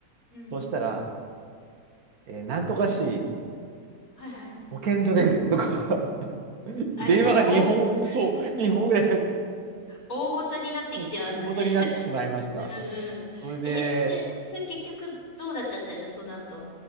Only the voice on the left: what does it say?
うん。
はいはい。
あれ、
なんか大ごと、<laughs>
大ごとになってきてますね。
<laughs> うんうん。
<laughs> え、それ、それ結局どうなっちゃったんですか、その後。